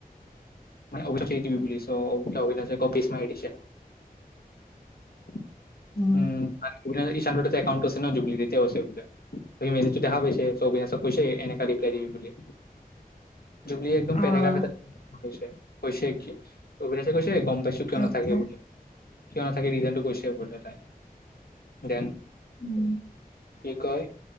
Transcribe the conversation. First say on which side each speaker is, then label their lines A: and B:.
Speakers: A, on the left; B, on the left.
A: অভিতক সেই তুমি বুলি চউ অভিনাছে পিছ মাৰি দিছে উম
B: উ
A: আপোনাৰ তাৰ একাউন টো আছে ন জুবলীৰ এতিয়াও আছে বোলে মেছেজ এনেকা ৰিপ্লাই কৰে বুলি জুবলী একদম পেৰেগ্ৰাফ
B: অ
A: এটা হৈছে কৈছে কি অবিনাশে কৈছে গম পাইছো কিয়
B: আচ্ছা
A: নাথাকে বুলি কিয় নাথাকে ৰিজনটো কৈছে তাই জান
B: উম
A: কি কয়